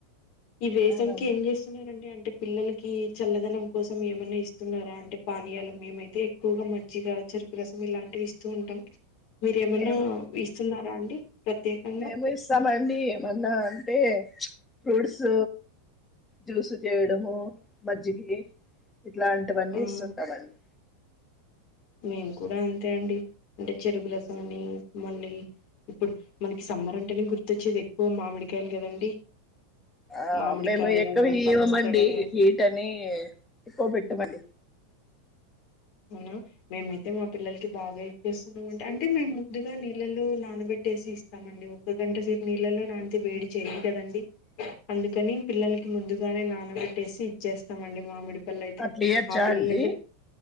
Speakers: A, on the left; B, on the left.
A: ఇ వేసవి
B: అవునండి
A: ఏం చేస్తున్నారండి అ టే పిల్లలకి చల్లదనం కోసం ఏమన్నా ఇస్తున్నారా అంటే పానీయాలు మేమైతే ఎక్కువగా మజ్జిగా చెరుకు రసం ఇలాంటివి ఇస్తూ ఉంటాం. మీరేమన్నా
B: మేము
A: ఇస్ స్తున్నారా అండి ప్రత్యేకంగా
B: మేము ఇస్తామండి ఏమన్నా అంటే ఫ్రూట్స్ జ్యూస్ చేయడము మజ్జిగి ఇట్లాంటివన్నీ
A: ఆ
B: ఇస్తుంటామండి
A: మేము కూడా అంతే అండి. అంటే చెరుగు రసం అని మళ్ళీ ఇప్పుడు మనకి సమ్మర్ అంటేనే గుర్తొచ్చేది ఎక్కువ మామిడికాయలు కదండి.
B: ఆ
A: మామిడికాయలు
B: మేము ఎక్కువ ఇవ్వమండి
A: పనస్తడలు
B: హీట్ అని ఎక్కువ పెట్టమండి
A: అవునా మేమైతే మా పిల్లలకి బాగా ఇచ్చేస్తున్నామండీ. అంటే మేము ముందుగా నీళ్ళలో నానబెట్టేసి ఇస్తామండి. ఒక్క గంట సేపు నీళ్ళలో నానితే వేడి చేయాదు కదండి అందుకని పిల్లలకి ముందుగానే నానబెట్టేసి ఇచ్చేస్తామండి మామిడి పండ్లయితే
B: అట్లా ఇయొచ్చా
A: ఆ పిల్లలు
B: అండి
A: అయితే